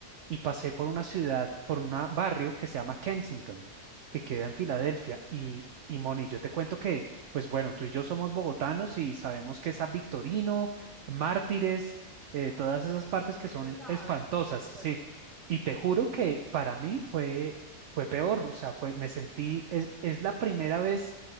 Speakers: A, on the right; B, in the centre.
A: y pasé por una ciudad, por un barrio que se llama Kensington, que queda en Filadelfia. Y, y Moni, yo te cuento que, pues bueno, tú y yo somos bogotanos y sabemos que San Victorino, Mártires, eh, todas esas partes que
B: Es
A: son
B: pesado,
A: espantosas,
B: sí,
A: sí.
B: fuerte,
A: Y te
B: sí.
A: juro que para mí fue, fue peor, o sea, fue, me sentí, es, es la primera vez